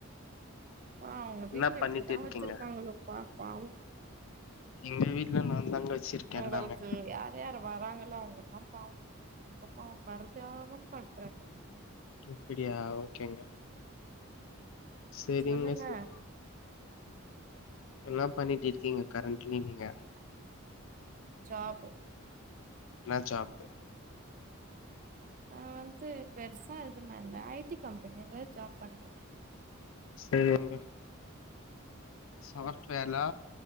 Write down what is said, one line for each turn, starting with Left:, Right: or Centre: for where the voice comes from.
Right: பா உங்க
Left: என்ன
Right: வீட்டுல
Left: பண்ணிட்டு
Right: எப்டிதா
Left: இருக்கீங்க
Right: வச்சிருக்காங்களோப்பா பவோ
Left: எங்க வீட்ல நா தாங்க வச்சிருக்கே
Right: உங்கள்கு
Left: எல்லாமே
Right: யார் யார் வராங்களோ அவங்கல்லாம் பாவ்ம் ரொம்ப பாவ்ம் பரதாபம் பண்றே நா
Left: அப்படியா ஓகேங்க செரிங்க
Right: சொல்லுங்க
Left: செரி எல்லா பண்ணிட் இருக்கீங்க கரண்ட்லி நீங்க
Right: ஜாபு
Left: என்னா ஜாப்பு
Right: நா வந்து பெருசா இதுமார் இல்ல ஐ டி கம்பெனியில ஜாப் பண்றே
Left: சரிங்க சாஃப்ட்வேர்லா